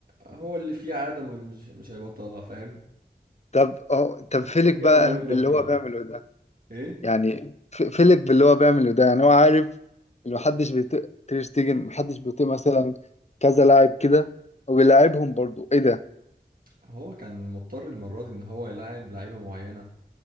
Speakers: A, on the right; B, on the left.
A: هو اللي فيه عادة ما- مش مش هيبطلها فاهم
B: <laughs> طب اه طب فيلك
A: هو كده
B: بقى
A: وهيفضل
B: باللي
A: كده
B: هو بيعمله ده
A: ايه
B: يعني في- فيلك باللي هو بيعمله ده يعني هو عارف ان محدش بيطيق تيرشتجن محدش بيطيق مثلا كذا لاعب كده وبيلاعبهم برضو ايه ده
A: هو كان مضطر المرة دي ان هو يلعب لعيبة معينة